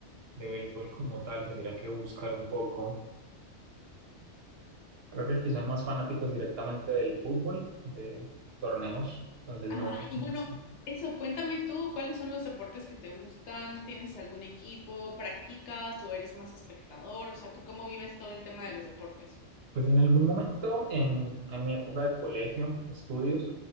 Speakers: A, on the right; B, on the left.
A: de béisbol como tal, tendría que buscar un poco. Creo que aquí son más fanáticos directamente del fútbol, de torneos, entonces
B: Ajá,
A: no,
B: y
A: no
B: bueno,
A: sé.
B: eso, cuéntame tú, ¿cuáles son los deportes que te gustan? ¿Tienes algún equipo? ¿Practicas o eres más espectador? O sea, ¿tú cómo vives todo el tema de los deportes?
A: Pues en algún momento, en, en mi época de colegio, de estudios,